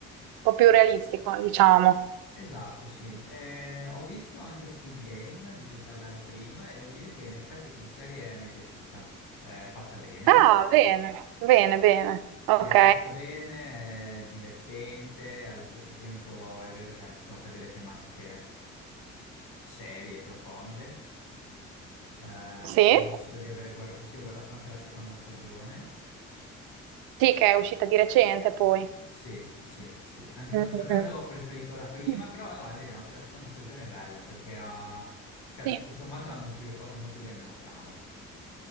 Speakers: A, on the right; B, on the left.
A: po' più realistico, diciamo.
B: Esatto, sì. Eh, ho visto anche Squid Game, di cui parlavi prima, e devo dire che in effetti come serie mi è piaciuta. È fatta bene.
A: Ah, bene, bene, bene.
B: Sì,
A: Ok,
B: è fatta bene, è divertente, allo stesso tempo è vero che ha- tocca delle tematiche serie, profonde. Eh,
A: sì.
B: penso di aver guardato, sì, ho guardato anche la seconda stagione.
A: Sì, che è uscita di recente poi.
B: Sì, sì, sì. Anche
A: Mm,
B: in questo caso
A: mm,
B: ho preferito la prima,
A: mm.
B: però no, è vero, anche la seconda stagione è bella perché ha, cioè,
A: Sì.
B: tutto sommato hanno sviluppato molto bene la trama.